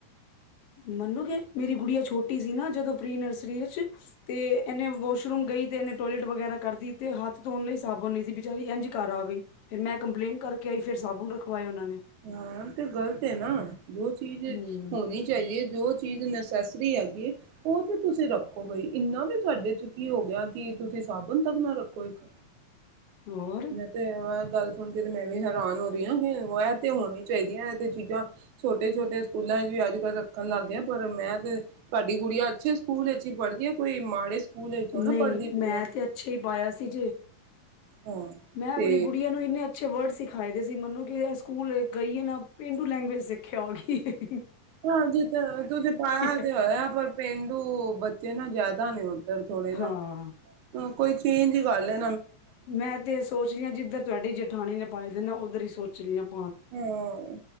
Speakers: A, on the left; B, on the right.
A: ਮੰਨੋਗੇ, ਮੇਰੀ ਗੁੜੀਆ ਛੋਟੀ ਸੀ ਨਾ ਜਦੋਂ, ਪ੍ਰੀ ਨਰਸਰੀ ਵਿੱਚ ਤੇ, ਇਹਨੇ ਵਾਸ਼ਰੂਮ ਗਈ ਤੇ ਐਨੇ, ਟੋਇਲੇਟ ਵਗੈਰਾ ਕਰ ਤੀ, ਤੇ ਹੱਥ ਧੋਣ ਲਈ ਸਾਬਣ ਨਹੀਂ ਸੀ। ਬਿਚਾਰੀ ਐੰਝ ਈ ਘਰ ਆ ਗਈ। ਫੇਰ ਮੈਂ, ਕੰਪਲੇਂਟ ਕਰਕੇ ਆਈ ਫਿਰ ਸਾਬੁਨ ਰਖਵਾਏ ਔਨਾਂ ਨੇ।
B: ਹਾਂਅ, ਤੇ ਗ਼ਲਤ ਏਨਾ, ਜੋ ਚੀਜ਼
A: ਹੂੰ
B: ਹੋਣੀ ਚਾਹੀਦੀ ਏ ਜੋ ਚੀਜ਼ ਨਸੈਸਰੀ ਹੈਗੀ ਏ, ਔਤੇ ਤੁਸੀਂ ਰੱਖੋ ਬਈ, ਇੰਨਾ ਵੀ ਤੁਹਾਡੇ ਚ ਕੀ ਹੋ ਗਿਆ ਕਿ ਤੁਸੀਂ, ਸਾਬਣ ਤੱਕ ਨਾ ਰੱਖੋ, ਇੱਕ।
A: ਹੋਰ
B: ਮੈਂ ਤੇ, ਅ ਐ ਗੱਲ ਸੁਣ ਕੇ ਤੇ ਮੈਂ ਵੀ ਹੈਰਾਨ ਹੋ ਗਈ ਆਂ, ਕਿ ਵੈ ਤੇ ਹੋਣੀ ਚਾਹੀਦੀਆਂ, ਐ ਤੇ ਚੀਜ਼ਾਂ ਛੋਟੇ-ਛੋਟੇ ਸਕੂਲਾਂ ਚ ਵੀ, ਅੱਜ-ਕੱਲ ਰੱਖਣ ਲੱਗ ਗੇ ਐ, ਪਰ ਮੈਂ ਤੇ ਸਾਡੀ ਗੁੜੀਆਂ, ਅੱਛੇ ਸਕੂਲ ਏਚ ਈ ਪੜ੍ਹਦੀ ਏ, ਕੋਈ ਮਾੜੇ ਸਕੂਲ ਵਿੱਚ ਨਾ
A: ਨਹੀਂ,
B: ਪੜ੍ਹਦੀ ਪਈ
A: ਮੈਂ
B: ਹੈ।
A: ਤੇ ਅੱਛੇ ਹੀ ਪਾਇਆ ਸੀ ਜੇ‌।
B: ਹਾਂ
A: ਮੈਂ
B: ਤੇ
A: ਅਪਣੀ ਗੁੜੀਆਂ ਨੂੰ, ਇੰਨੇ ਅੱਛੇ ਵਰਡਸ ਸਿਖਾਏ ਦੇ ਸੀ ਮਨੋਗੇ, ਐ ਸਕੂਲ ਗਈਏ ਨਾ ਪੇਂਡੂ ਲੈਂਗੁਏਜ, ਸਿਖ ਕੇ ਆ ਗੀ ਏ।
B: ਹਾਜੀ, ਤੇ ਤੁਸੀਂ ਪਾਇਆ
A: ਹੈ
B: ਤੇ, ਹੋਇਆ ਪਰ ਪੇਂਡੂ ਬੱ ਏ ਨਾ ਜਿਆਦਾ ਨੇ ਔਧਰ, ਥੋੜੇ ਨਾ,
A: ਹਾਂ
B: ਅ ਕੋਈ ਚੇਂਜ ਈ ਕਰਲੇ।
A: ਮੈਂ ਤੇ ਸੋਚ ਰੀਆ ਜਿੱਧਰ ਤੁਹਾਡੀ ਜੇਠਾਣੀ ਨੇ ਪਾਏ ਦੇ ਨਾ ਔਧਰ ਹੀ ਸੋਚ ਰੀ ਆ। <unintelligible>
B: ਹਾਂ,